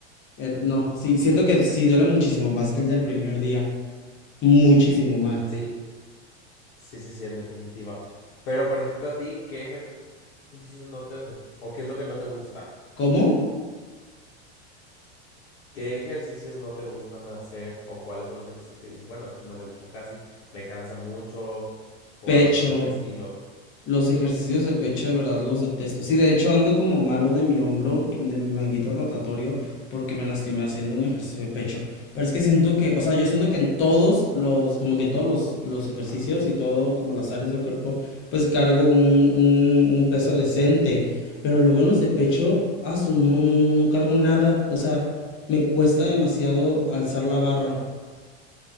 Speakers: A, on the left; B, on the left.
A: er- no. Sí, siento que sí duele muchísimo más que el del primer día. Muchísimo más.
B: Sí, sí, sí, sí, en definitiva. Pero, por ejemplo, a ti, ¿qué ejercicios no te... o qué es lo que no te gusta?
A: ¿Cómo?
B: ¿Qué ejercicios no te gustan hacer o cuáles son los ejercicios que dices, bueno, esto no me gusta casi, me cansa mucho o
A: Pecho.
B: algo por
A: no.
B: el estilo?
A: Los ejercicios de pecho de verdad los detesto. Sí, de hecho ando como malo de mi hombro, de mi manguito rotatorio, porque me lastimé haciendo un ejercicio de pecho. Pero es que siento que, o sea, yo siento que en todos los, como que en todos los, los ejercicios y todo, como las áreas del cuerpo, pues cargo un, un, un peso decente. Pero luego en los de pecho, asu, no, no, no, no cargo nada. O sea, me cuesta demasiado alzar la barra.